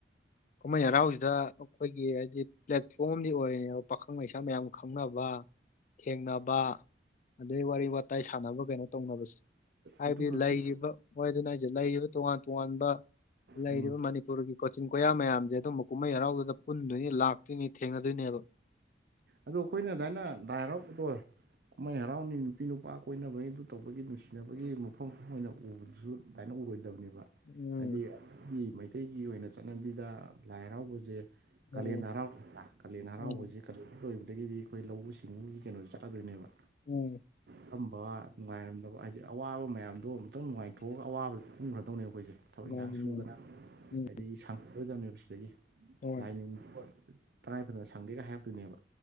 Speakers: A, on the left; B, on the right.
A: ꯀꯨꯝꯍꯩ ꯍꯔꯥꯎꯁꯤꯗ ꯑꯩꯈꯣꯏꯒꯤ ꯍꯥꯏꯗꯤ ꯄ꯭ꯂꯦꯠꯐꯣꯝꯗꯤ ꯑꯣꯏꯔꯤꯅꯦꯕ ꯄꯥꯈꯪ ꯂꯩꯩꯁꯥ ꯃꯌꯥꯝ ꯈꯪꯅꯕ ꯊꯦꯡꯅꯕ ꯑꯗꯩ ꯋꯥꯔꯤ ꯋꯥꯇꯥꯏ ꯁꯥꯟꯅꯕ ꯀꯩꯅꯣ ꯇꯧꯅꯕꯁꯦ ꯍꯥꯏꯕꯗꯤ
B: ꯑꯗꯨ ꯈꯛꯀꯤ
A: ꯂꯩꯔꯤꯕ ꯍꯥꯏꯗꯨꯅ ꯍꯥꯏꯁꯦ ꯂꯩꯔꯤꯕ ꯇꯣꯉꯥꯟ ꯇꯣꯉꯥꯟꯕ ꯂꯩꯔꯤꯕ
B: ꯎꯝ
A: ꯃꯅꯤꯄꯨꯔꯒꯤ ꯀꯣꯆꯤꯟ ꯀꯣꯏꯌꯥ ꯃꯌꯥꯝꯁꯦ ꯑꯗꯨꯝꯕ ꯀꯨꯝꯍꯩ ꯍꯔꯥꯎꯗꯨꯗ ꯄꯨꯟꯗꯣꯏꯅꯤ ꯂꯥꯛꯇꯣꯏꯅꯤ ꯊꯦꯡꯅꯗꯣꯏꯅꯦꯕ
B: ꯑꯗꯨ ꯑꯩꯈꯣꯏꯅ ꯑꯗꯨꯗꯥꯃꯥꯏꯅ ꯗꯥꯏꯔꯥꯎꯗꯣ ꯀꯨꯝꯍꯩ ꯍꯔꯥꯎꯅꯤ ꯅꯨꯄꯤ ꯅꯨꯄꯥ ꯀꯣꯏꯅꯕꯒꯤ ꯑꯗꯨ ꯇꯧꯕꯒꯤ ꯅꯨꯡꯁꯤꯅꯕꯒꯤ ꯃꯐꯝ ꯑꯣꯏꯅ ꯎꯕꯗꯨꯁꯨ ꯑꯗꯨꯃꯥꯏꯅ ꯎꯔꯣꯏꯗꯕꯅꯦꯕ
A: ꯎꯝ
B: ꯍꯥꯏꯗꯤ ꯑꯩꯒꯤ ꯃꯩꯇꯩꯒꯤ ꯑꯣꯏꯅ ꯆꯠꯅꯕꯤꯗ ꯂꯥꯏ ꯍꯔꯥꯎꯕꯁꯦ
A: ꯎꯝ
B: ꯀꯥꯂꯦꯟꯗꯔꯥꯎ ꯀꯥꯂꯦꯟ ꯍꯔꯥꯎꯕꯁꯤ
A: ꯎꯝ
B: ꯂꯣꯏꯕꯗꯒꯤꯗꯤ ꯑꯩꯈꯣꯏ ꯂꯧꯎ ꯁꯤꯡꯎꯒꯤ ꯀꯩꯅꯣꯁꯦ ꯆꯠꯂꯗꯣꯏꯅꯦꯕ
A: ꯎꯝ
B: ꯊꯝꯕ ꯅꯨꯡꯉꯥꯏꯔꯝꯗꯕ ꯍꯥꯏꯗꯤ ꯑꯋꯥꯕ ꯃꯌꯥꯝꯗꯣ ꯈꯤꯇꯪ ꯅꯨꯡꯉꯥꯏꯊꯣꯛꯑꯒ ꯑꯋꯥꯕ ꯄꯨꯟꯈ꯭ꯔꯗꯧꯅꯦꯕ ꯑꯩꯈꯣꯏꯁꯦ ꯊꯕꯛ
A: ꯃꯥꯅꯤ
B: ꯏꯟꯈꯥꯡ ꯁꯨꯗꯅ
A: ꯃꯥꯅꯤ ꯎꯝ
B: ꯑꯗꯒꯤ ꯂꯣꯏꯗꯕꯅꯦꯕ ꯁꯤꯗꯒꯤ
A: ꯍꯣꯏ
B: ꯂꯥꯏꯅꯤꯡ ꯇꯔꯥꯏ ꯐꯗꯅ ꯁꯪꯗꯦꯒ ꯍꯥꯏꯔꯛꯇꯣꯏꯅꯦꯕ